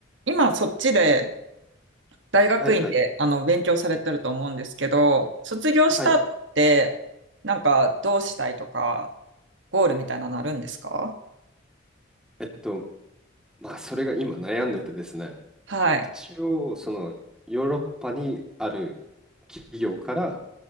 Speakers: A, on the right (about 70°); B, in the centre.
A: 今そっちで大学院であの勉強されてると思うんですけど、
B: はいはい。
A: 卒業した後ってなんかどうしたいとか、
B: はい。
A: ゴールみたいなのあるんですか
B: えっと、まあ、それが今悩んでてですね、
A: はい。
B: 一応、その、ヨーロッパにある企業から